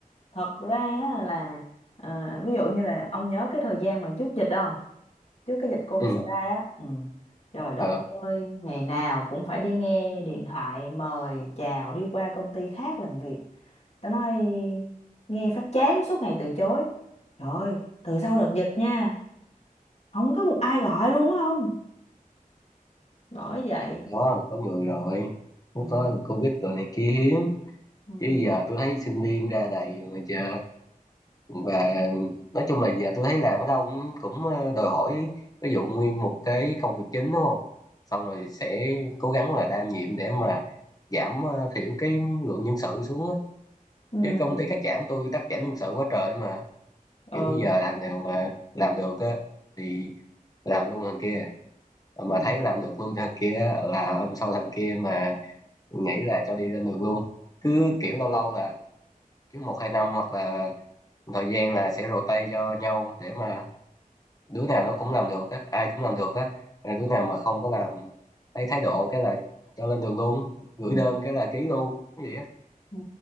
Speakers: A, on the left; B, on the left.
A: Thật ra á là à, ví dụ như là ông nhớ cái thời gian mà trước dịch không? Trước cái dịch Covid
B: ừ
A: xảy ra á. Ừ. Trời đất
B: ờ
A: ơi, ngày nào cũng phải đi nghe điện thoại mời chào đi qua công ty khác làm việc. Tao nói nghe phát chán suốt ngày từ chối. Trời ơi, từ sau đợt dịch nha, không có một ai gọi luôn á không? Bởi vậy.
B: Thì có có người rồi
A: Ừ.
B: cũng có covid rồi này kia hiếm
A: Ừ.
B: chứ giờ tôi thấy sinh viên ra đầy mà giờ và nói chung là giờ tôi thấy làm ở đâu cũng cũng ờ, đòi hỏi ví dụ nguyên một cái công việc chính đúng không xong rồi sẽ cố gắng là đa nhiệm để mà giảm ờ, thiểu cái lượng nhân sự xuống á
A: Ừ.
B: chứ công ty cắt giảm tôi cắt giảm nhân sự quá trời mà
A: ừ
B: kiểu giờ thằng nào mà làm được á thì làm luôn thằng kia Ờ, mà
A: ừ
B: thấy làm được luôn thằng kia á, là hôm sau thằng kia mà nghĩ là cho đi lên đường luôn cứ kiểu lâu lâu là cứ một hai năm hoặc là thời gian là sẽ rotate cho nhau để mà đứa nào nó cũng làm được á ai cũng làm được á Là đứa nào mà không có làm lấy thái độ cái là cho lên đường luôn gửi
A: ừ
B: đơn cái là ký luôn cái gì á
A: Ừ.